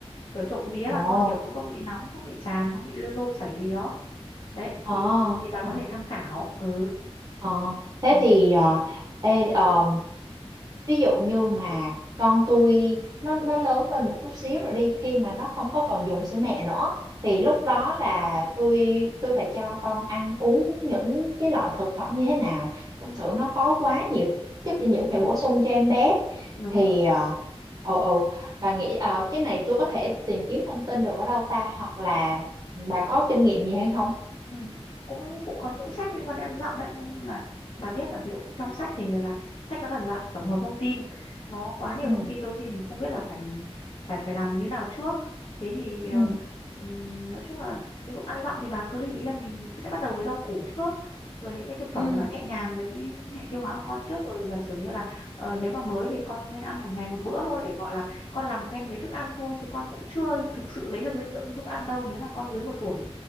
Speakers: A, on the left; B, on the right.
A: kiểu trộm vía
B: Ồ,
A: là con kiểu cũng không bị nóng không bị chàm không bị lôm sẩy gì đó đấy
B: ờ,
A: thì thì bà
B: ờ,
A: có thể tham khảo ừ,
B: ờ. Thế
A: ừ.
B: thì ờ, ê, ờ, ví dụ như mà con tôi nó nó lớn lên một chút xíu rồi đi khi mà nó không có còn dùng sữa mẹ nữa thì lúc đó là tôi tôi phải cho con ăn uống những cái loại thực phẩm như thế nào thực
A: ừ,
B: sự nó có quá nhiều chất dinh dưỡng phải bổ sung cho em bé
A: đúng
B: thì
A: rồi
B: ờ ồ ồ bà nghĩ ờ, cái này tôi có thể tìm kiếm thông tin được ở đâu ta hoặc là bà có kinh nghiệm gì hay không
A: Ừ. cũng cũng có những sách liên quan đến ăn dặm đấy nhưng mà bà biết là ví dụ trong sách thì người là sách nó là dạng tổng hợp thông tin nó quá nhiều
B: ừ
A: thông tin đôi khi mình không biết là phải phải phải làm như nào trước thế thì ờ,
B: ừ
A: ừm, nói chung là ví dụ ăn dặm thì bà cứ lưu ý là mình sẽ bắt đầu với rau củ trước rồi những cái thực phẩm
B: ừ
A: mà nó nhẹ nhàng với cái hệ tiêu hóa của con trước rồi giả sử như là ờ, nếu mà mới thì con nên ăn một ngày một bữa thôi để gọi là con làm quen với thức ăn thôi chứ con cũng chưa thực sự lấy được dinh dưỡng từ thức ăn đâu nếu mà con dưới một tuổi